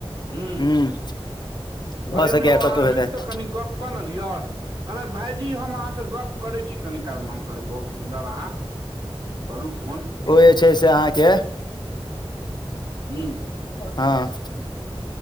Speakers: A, on the right (about 50°); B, on the left (about 45°).
A: हु
B: हूँ भऽ
A: कहलियौनि
B: सकैया
A: यौ अहाँ
B: कतहु
A: रुकि
B: हेतनि
A: कऽ कनि गप कनलियए कहलक भाई जी हम अहाँ से गप करे छी कनी कालमे हम कहलै बहुत सुन्दर अहाँ करू फोन
B: ओ जे छै से अहाँकेँ
A: हू।
B: ह